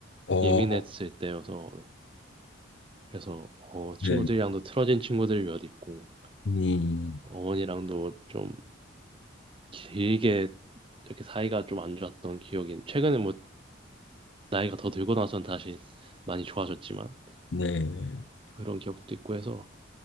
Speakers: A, on the left; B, on the right.
A: 오,
B: 예민했을 때여서 네. 그래서 어, 친구들이랑도
A: 네.
B: 틀어진 친구들이 몇 있고
A: 음.
B: 어머니랑도 좀 길게 이렇게 사이가 좀 안 좋았던 기억이 최근에 뭐 나이가 더 들고 나선 다시 많이 좋아졌지만
A: 네.
B: 그런 기억도 있고 해서